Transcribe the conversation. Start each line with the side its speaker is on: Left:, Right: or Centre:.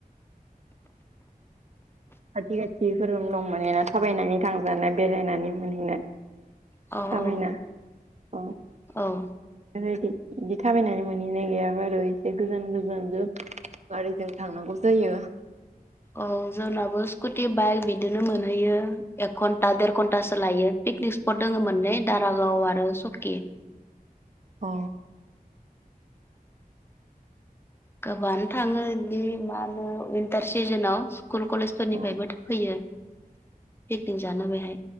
Right: खाथि खाथिफोरनो दं माने ना थाबायनानै थांजानाय बेरायनानै मोनहैनाय
Left: अ अ
Right: थाबायना औ
Left: औ औ
Right: बिदि थाबायनानै मोनैनाय गैया आरो एसे गोजान गोजान जोब गारिजों थांनांगौ जायो
Left: औ जोंनाबो स्कुटि बाइक बिदिनो मोनहैयो एक घन्टा देर घन्टासो लायो। पिकनिक स्पट दङ मोननै दारागाव आरो सकि ।
Right: औ
Left: गोबाङानो थाङो बिदि मा होनो उइन्टार सिजोनाव स्कुल कलेजफोरनिफ्रायबो
Right: औ
Left: फैयो पिकनिक जानो बेहाय।